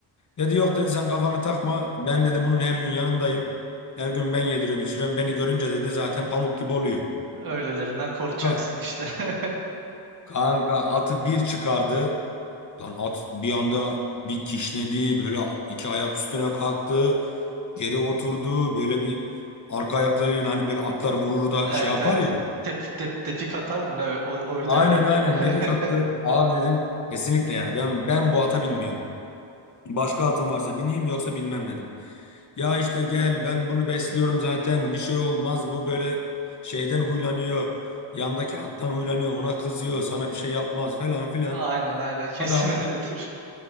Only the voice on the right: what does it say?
Öylelerinden korkacaksın
işte. <laughs>
Evet
evet.
Tep, tep, tepik atar mı? Ne? O, oydu
herhalde.
<laughs>
Aynen aynen kesin
öyledir.